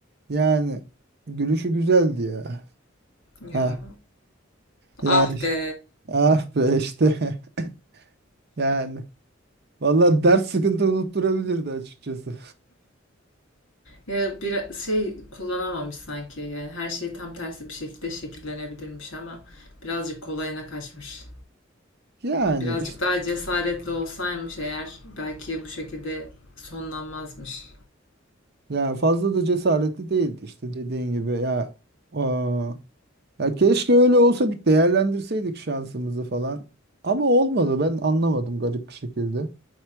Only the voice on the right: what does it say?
yani gülüşü güzeldi ya.
Ah ya
işte-
ah be işte <laughs> yani. Vallahi dert sıkıntı unutturabilirdi açıkçası.
Yani
işte
ya fazla da cesaretli değildi işte dediğin gibi ya aa, ya keşke öyle olsa bir değerlendirseydik şansımızı falan. Ama olmadı ben anlamadım garip bir şekilde.